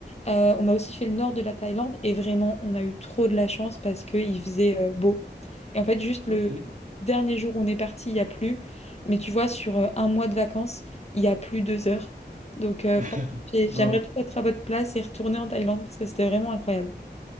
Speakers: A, on the left; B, on the right.
A: Euh, on a aussi fait le nord de la Thaïlande et vraiment, on a eu trop de la chance parce qu'il faisait euh, beau. Et en fait, juste
B: Ok.
A: le dernier jour où on est parti, il y a plu. Mais tu vois, sur euh, un mois de vacances, il y a plus deux heures. Donc, euh,
B: <laughs>
A: franchement j'ai-
B: Wow.
A: J'aimerais trop être à votre place et retourner en Thaïlande parce que c'était vraiment incroyable.